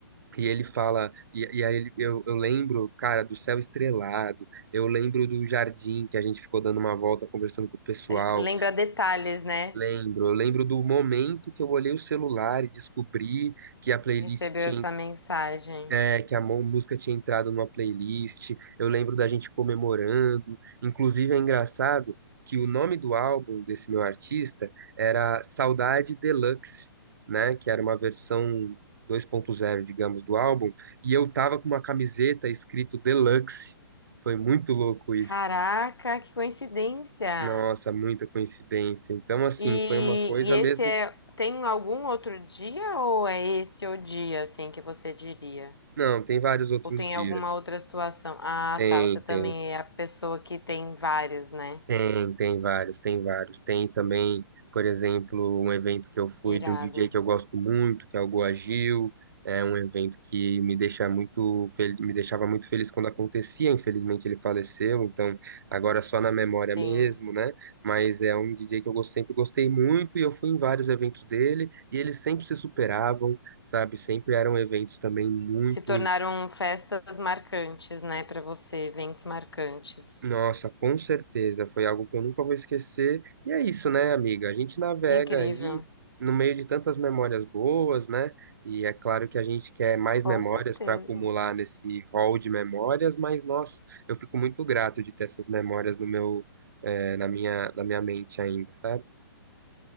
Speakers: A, on the right (about 60°); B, on the left (about 85°).
A: e ele fala, e, e aí ele- eu, eu lembro, cara, do céu estrelado, eu lembro do jardim que a gente ficou dando uma volta conversando com o pessoal,
B: Eh, Lembra detalhes, né?
A: lembro, eu lembro do momento que eu olhei o celular e descobri que a playlist
B: Recebeu
A: tinha
B: essa mensagem.
A: é, que a mú- música tinha entrado numa playlist. Eu lembro da gente comemorando. Inclusive, é engraçado que o nome do álbum desse meu artista era Saudade Deluxe, né? Que era uma versão 2.0, digamos, do álbum. E eu tava com uma camiseta escrito Deluxe. Foi muito louco isso.
B: Caraca, que coincidência!
A: Nossa, muita coincidência. Então, assim,
B: E,
A: foi uma coisa
B: e esse
A: mesmo.
B: é, tem algum outro dia ou é esse o dia, assim, que você diria?
A: Não, tem vários outros
B: Ou tem
A: dias.
B: alguma outra situação? Ah,
A: Tem,
B: tá, você também
A: tem.
B: é a pessoa que tem vários, né?
A: Tem, tem vários, tem vários. Tem também, por exemplo, um evento que eu fui
B: Irado.
A: de um DJ que eu gosto muito, que é o Goa Gil. É um evento que me deixa muito fel- me deixava muito feliz quando acontecia. Infelizmente ele faleceu, então agora é só na memória
B: Sim.
A: mesmo, né? Mas é um DJ que eu gos- sempre gostei muito e eu fui em vários eventos dele e eles sempre se superavam, sabe? Sempre eram eventos também muito
B: Se tornaram festas marcantes, né, Pra você, eventos marcantes.
A: Nossa, com certeza, foi algo que eu nunca vou esquecer. E é isso, né, amiga? A gente navega
B: Que incrível.
A: aí no meio de tantas memórias boas, né? E é claro que a gente quer mais memórias
B: Com certeza.
A: para acumular nesse hall de memórias, mas nossa, eu fico muito grato de ter essas memórias no meu, eh, na minha, na minha mente ainda, sabe?